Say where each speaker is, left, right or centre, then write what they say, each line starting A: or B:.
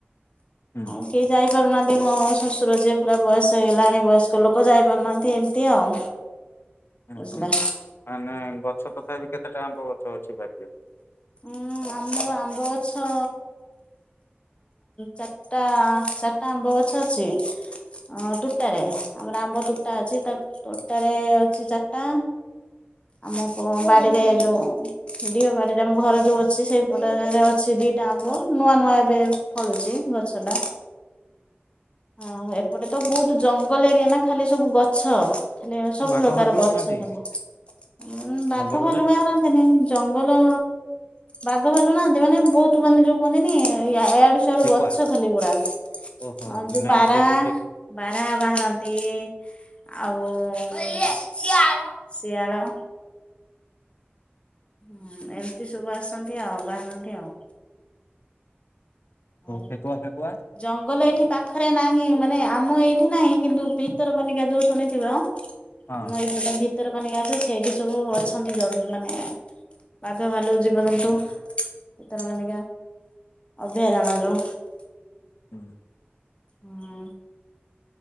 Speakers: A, on the left; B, on the left.
A: ହୁଁ
B: କୁହ ଯାଇ ପାରୁନାହାନ୍ତି ମୋ ଶ୍ୱଶୁର ଯିଏ ପୁରା ବୟସ ହେଇଗଲାଣି ବୟସ୍କ ଲୋକ ଯାଇପାରୁନାହାନ୍ତି ଏମିତି ଆଉ।
A: ହୁଁ
B: ବୁଝିଲେ
A: ହୁଁ ମାନେ ଗଛ ତଥାପି କେତେ ଟଙ୍କା ଆମ୍ବ ଗଛ ଅଛି ବାର।
B: ଉଁ ଆମର ଆମ୍ବ ଗଛ ଚାରିଟା ଚାରିଟା ଆମ୍ବ ଗଛ ଅଛି, ଅ ଟୁଟାରେ ଆମର ଆମ୍ବ ତୋଟା ଅଛି ତୋଟଟାରେ ଅଛି ଚାରିଟା ଆମ ବାଡିରେ ଯୋଉଅ ବାଡିରେ ଆମ ଘର ଯୋଉ ଅଛି ସେଇପଟରେ ଅଛି ଦିଟା ଆମ୍ବ ନୂଆ ନୂଆ ଏବେ ଫଳୁଛି ଗଛଟା। ହଁ ଆଉ ଏପଟେ ତ ବହୁତ ଜଙ୍ଗଲ ଏରିଆ ନା ଖାଲି ସବୁ ଗଛ। ଖାଲି ସବୁ
A: ବାଘ
B: ପ୍ରକାର
A: ଭାଲୁ
B: ଗଛ
A: ଅଛନ୍ତି
B: ଗଲା ଉଁ ବାଘ
A: ଜଙ୍ଗଲରେ
B: ଭଲ ବାହାରନ୍ତିନି ଜଙ୍ଗଲ ବାଘ ଭାଲୁ ନାହାନ୍ତି ମାନେ ବହୁତ ମାନେ ଯୋଉ କହନ୍ତିନି ୟ ଏଆଡୁ ସଆଡୁ
A: ଠେକୁଆ
B: ଗଛ ଖାଲି ଗୁରା ହଁ
A: ଓହୋ
B: ଯୋଉ
A: ନାଇଁ
B: ବାରା
A: ଠେ ଠେ
B: ବାରା ବାହାରନ୍ତି ଆଉ। ଶିଆଳ ଶିଆଳ ହୁଁ ଏମିତି ସବୁ ଆସନ୍ତି ଆଉ ବାହାରନ୍ତି ଆଉ। ଆଉ
A: ଠେକୁଆ ଫେକୁଆ
B: ଜଙ୍ଗଲ ଏଠି ପାଖରେ ନାହିଁ ମାନେ ଆମ ଏଇଠି ନାହିଁ କିନ୍ତୁ ଭିତର କନିକା ଯୋଉ ଶୁଣିଥିବ ଆମର
A: ହଁ
B: ଏବେଟ ଭିତର କାନିକା ଅଛି ସେଇଠି ସବୁ ଅଛନ୍ତି ମାନେ ବାଘ ଭାଲୁ ଜୀବଜନ୍ତୁ ଭିତର ମାନିକା ଫେରାଣ ଯୋଉ
A: ହୁଁ।
B: ହଁ।